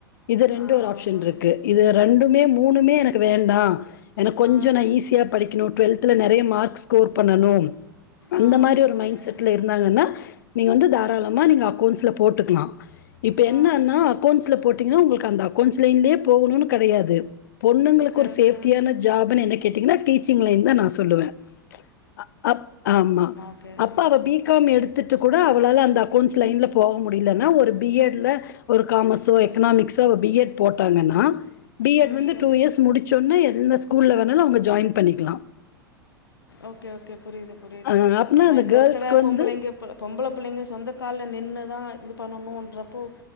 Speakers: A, on the left; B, on the left.
A: இது ரெண்டு
B: ஆ
A: ஒரு ஆப்ஷன்
B: புரி
A: இருக்கு இது ரெண்டுமே மூணுமே எனக்கு வேண்டா எனக்கு கொஞ்சோ
B: ஆ
A: நா ஈஸியா படிக்ணு டுவெல்த்ல நெறய மார்க்ஸ் ஸ்கோர் பண்ணணு அந்த
B: ஆ
A: மாரி
B: புரியுது
A: ஒரு மைண்ட் செட்ல இருந்தாங்கனா நீங்க வந்து தாராளமா நீங்க அக்கௌண்ட்ஸ்ல போட்டுக்லா இப்ப
B: ஆ
A: என்னனா அக்கவுண்ட்ஸ்ல போட்டீங்கனா உங்களுக்கு அந்த அக்கவுண்ட்ஸ்லன்தே போகணுன் கெடையாது பொண்ணுங்களுக்கு
B: ஓகே
A: ஒரு
B: ஓகே
A: சேஃப்டியான ஜாப்ன் என்ன கேட்டீங்கனா டீச்சிங்லைனுதா நா சொ சொல்லுவ அ அப் ஆமா
B: க
A: அப்ப அவ பிகாம் எடுத்துட்டு கூட அவளால அந்த அக்கௌண்ட்ஸ் லைன்ல போக முடிலன்னா ஒரு பி எட் ல ஒரு காமர்ஸோ
B: ம்
A: எக்கனாமிக்ஸோ பீஎட் போட்டாங்கன்னா பிஎட்
B: ம்
A: வந்து
B: புரியுது
A: டூ இயர்ஸ் முடிச் ச்சொன்ன எந்த ஸ்கூல்ல வேணாலு அவங்க ஜாயின் பண்ணிக்லா
B: ஓகே ஓகே புரியுது புரியுது
A: அ அப்பனா
B: ஏன்னா
A: அந்த
B: இப்ப
A: கேர்ள்ஸ்க்கு
B: இருக்குற
A: வந்து
B: பொம்பளைங்க பொம்பள புள்ளைங்க சொந்தக்கால்ல நின்னுதா இது பண்ணணுன்றப்போ